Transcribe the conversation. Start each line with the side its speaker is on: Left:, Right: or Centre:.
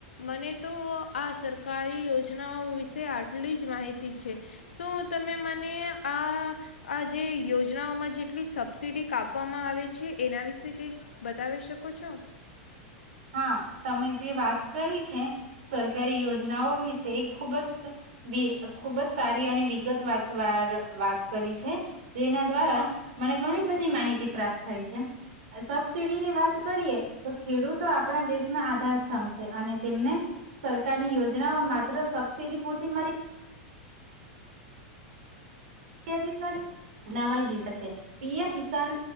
Left: મને તો આ સરકારી યોજનાઓ વિ તે આટલી જ માહિતી છે શું તમે મને આ આ જે યોજનાઓમાં જેટલી સબસિડી કાપવામાં આવે છે એના વિશે કંઈક બતાવી શકો છો?
Right: હા તમે જે વાત કરી છે સરકારી યોજનાઓ વિશે એ ખુબ જ ખુબ જ સારી અને વિગત વાત વાર વાત કરી છે જેના દ્વારા મને ઘણી બધી માહિતી પ્રાપ્ત થઈ છે સબસીડીની વાત કરીએ તો ખેડૂત તો આપણા દેશ ના આધારસ્તંભ છે અને તેમને સરકારની યોજનાઓ માત્ર સબસીિડી પૂરતી મળી <unintelligible> પીએમ કિસાન